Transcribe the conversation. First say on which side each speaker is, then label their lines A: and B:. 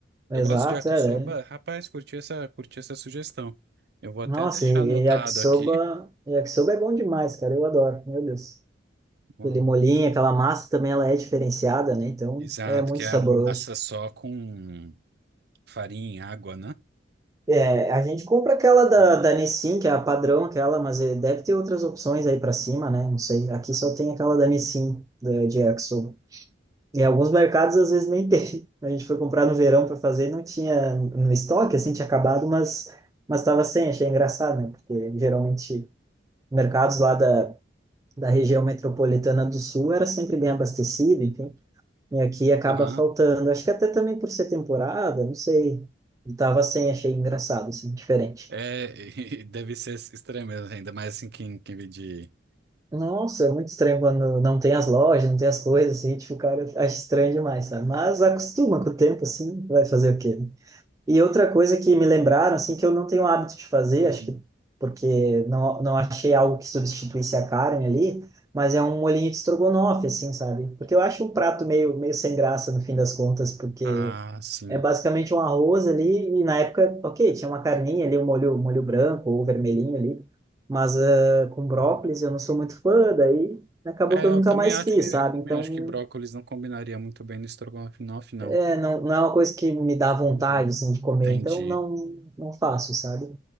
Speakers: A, on the right; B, on the right.
A: exato,
B: Eu gosto de yakisoba.
A: é. né.
B: Rapaz, curti essa, curti essa sugestão. Eu vou até
A: Nossa,
B: deixar
A: e
B: anotado
A: e yakisoba,
B: aqui.
A: yakisoba é bom demais, cara. Eu adoro, meu Deus.
B: Hum,
A: ele molhinho, aquela massa também, ela é diferenciada, né? Então,
B: Exato,
A: é muito
B: que é
A: saboroso.
B: uma massa só com farinha e água, né?
A: É, a gente compra aquela da,
B: Hum.
A: da Nissin, que é a padrão, aquela, mas eh, deve ter outras opções aí pra cima, né? Não sei. Aqui só tem aquela da Nissin, da, de yakisoba. E alguns mercados, às vezes, nem <laughs> tem. A gente foi comprar no verão para fazer, não tinha no estoque, assim, tinha acabado, mas mas estava sem. Achei engraçado, né? Porque geralmente mercados lá da da região metropolitana do Sul era sempre bem abastecido, enfim, e aqui acaba
B: Aham.
A: faltando. Acho que até também por ser temporada, não sei. Eu Tava sem, achei engraçado, assim, diferente.
B: É, <laughs> deve ser estranho mesmo ainda mais assim quem, quem vê de...
A: Nossa, é muito estranho quando não tem as lojas, não tem as coisas, assim, tipo, o cara acha estranho demais, sabe? Mas acostuma com o tempo, assim, vai fazer o quê? né? E outra coisa que me lembraram, assim, que eu não tenho hábito de fazer,
B: Uhum.
A: acho que porque não, não achei algo que substituísse a carne ali, mas é um molhinho de estrogonofe, assim, sabe? Porque eu acho o prato meio, meio sem graça no fim das contas, porque
B: Ah, sim.
A: é basicamente um arroz ali, e na época, ok, tinha uma carninha ali, um molho, um molho branco ou vermelhinho ali, mas ah, com brócolis eu não sou muito fã, daí acabou
B: É,
A: que eu
B: eu
A: nunca
B: também
A: mais
B: acho
A: fiz,
B: que
A: sabe?
B: também
A: Então
B: acho que brócolis não combinaria muito bem no estrogonofe, não.
A: é, não, não é uma coisa que me dá vontade,
B: Uhum.
A: assim, de comer,
B: Entendi.
A: então não, não faço, sabe?